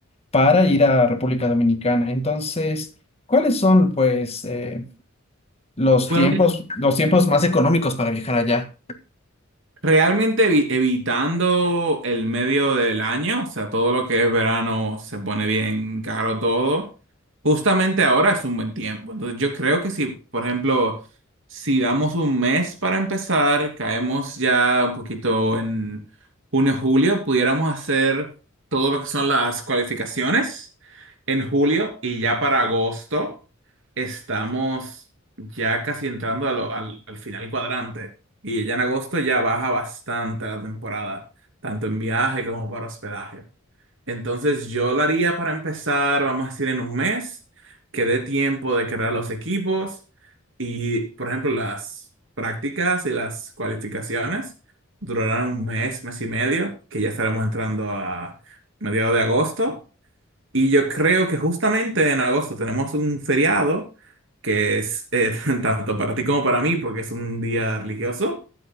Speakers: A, on the left; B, on the right.
A: para ir a República Dominicana. Entonces, ¿cuáles son, pues, eh, los
B: Bueno,
A: tiempos, los tiempos más económicos para viajar allá?
B: Realmente evi- evitando el medio del año, o sea, todo lo que es verano se pone bien caro todo. Justamente ahora es un buen tiempo. Entonces yo creo que si, por ejemplo, si damos un mes para empezar, caemos ya un poquito en junio, julio, pudiéramos hacer todo lo que son las cualificaciones en julio y ya para agosto estamos ya casi entrando a lo- al al final cuadrante. Y ya en agosto ya baja bastante la temporada, tanto en viaje como para hospedaje. Entonces yo lo haría para empezar, vamos a decir, en un mes, que dé tiempo de crear los equipos y, por ejemplo, las prácticas y las cualificaciones durarán un mes, mes y medio, que ya estaremos entrando a mediados de agosto. Y yo creo que justamente en agosto tenemos un feriado, que es eh, <laughs> tanto para ti como para mí, porque es un día religioso